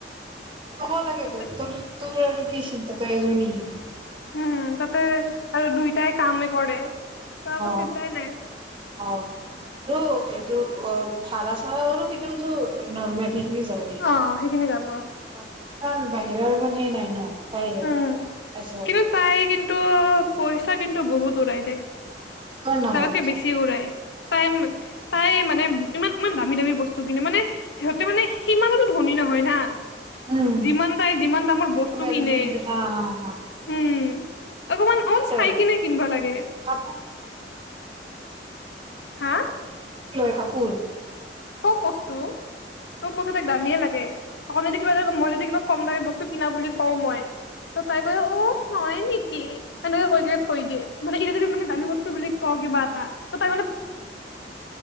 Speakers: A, on the right; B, on the left.
A: ক'ব লাগে
B: তাতে
A: ত তোৰ। তোৰ আৰু কি চিন্তা তই এজনী হে।
B: উম তাতে আৰু দুইটাই কামে কৰে। ত একো
A: অ
B: চিন্তাই নাই
A: অ আৰু এইযোৰ অ। সাৰা সাৰা কৰোঁ সেইটো টো নৰ্মালি। <unintelligible>
B: অ সেইখিনি যাব
A: বাকী ইমান বাহিৰৰ ইমান সেই নাই ন তাইৰে
B: উম
A: আছে
B: কিন্তু তাই কিন্তু পইচা। <inaudible> কিন্তু বহুত উৰাই দে।
A: তোৰ নামত
B: লাগাতকে বেছি উৰাই তাই। তাই মানে, ইমান ইমান দামী, দামী বস্তু কিনে, মানে সিহঁতে মানে সিমানৰো ধনী নহয় না।
A: উম
B: যিমান তাই, যিমান দামৰ বস্তু। কিনে
A: <unintelligible> হা হা হা।
B: উম। অকমান
A: কি
B: অল
A: লয়
B: চাই কিনে কিনব লাগে?
A: কাপোৰ
B: হা
A: লয় কাপুৰ
B: চব বস্তু চব বস্তু তাক দামিয়েই লাগে আকণ যদি কিবা ধ মই যদি কিবা কম দামী বস্তু ক কিনা বুলি কওঁ মই ত তাই কৈ অ হয় নেকি এনেকে কৈ দিয়ে থৈ দিয়ে মানে এইটো যদি মানে দামী বস্তু বুলি ক কিবা এটা